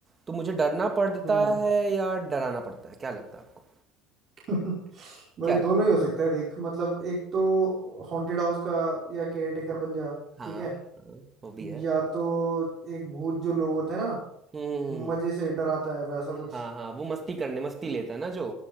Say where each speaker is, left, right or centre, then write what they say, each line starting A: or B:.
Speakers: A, on the right; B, on the right.
A: तो मुझे डरना पड़ता
B: हम्म
A: है या डराना पड़ता है क्या लगता है आपको
B: <laughs> भाई
A: क्या
B: दोनों
A: लगता
B: ही हो सकता है देख मतलब एक तो हॉन्टेड हाउस का या केयरटेकर बन जा
A: है
B: ठीक
A: हाँ
B: है
A: हाँ वो भी है
B: या तो एक भूत जो लोग होते हैं ना
A: हम्म
B: मजे से डराता है वैसा कुछ
A: हाँ हाँ वो मस्ती करने मस्ती लेता है ना जो